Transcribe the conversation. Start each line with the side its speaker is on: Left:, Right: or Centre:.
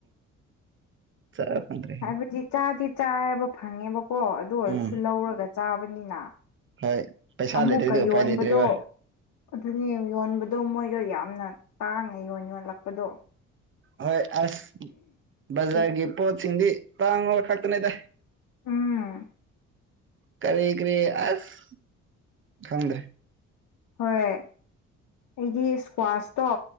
Right: ꯆꯔ ꯐꯗ꯭ꯔꯦ
Left: ꯍꯥꯏꯕꯗꯤ ꯆꯥꯗꯤ ꯆꯥꯌꯦꯕ ꯐꯪꯉꯦꯕꯀꯣ ꯑꯗꯨ ꯑꯣꯏꯔꯁꯨ
Right: ꯎꯝ
Left: ꯂꯧꯔꯒ ꯆꯥꯕꯅꯤꯅ
Right: ꯍꯣꯏ ꯄꯩꯁꯥ
Left: ꯑꯃꯨꯛꯀ
Right: ꯂꯩꯇ꯭ꯔꯗꯤ ꯎꯄꯥꯏ
Left: ꯌꯣꯟꯕꯗꯣ
Right: ꯂꯩꯇ꯭ꯔꯦꯕ
Left: ꯑꯗꯨꯅꯤ ꯌꯣꯟꯕꯗꯣ ꯃꯣꯏꯗꯣ ꯌꯥꯝꯅ ꯇꯥꯡꯅ ꯌꯣꯟ ꯌꯣꯟꯂꯛꯄꯗꯣ
Right: ꯍꯣꯏ ꯑꯁ ꯕꯥꯖꯥꯔꯒꯤ
Left: ꯑꯗꯨꯒꯤ
Right: ꯄꯣꯠꯁꯤꯡꯗꯤ ꯇꯥꯡꯕ ꯈꯛꯇꯅꯤꯗ
Left: ꯎꯝ
Right: ꯀꯔꯤ ꯀꯔꯤ ꯑꯁ ꯈꯪꯗ꯭ꯔꯦ
Left: ꯍꯣꯏ ꯑꯩꯗꯤ ꯏꯁꯀ꯭ꯋꯥꯁꯇꯣ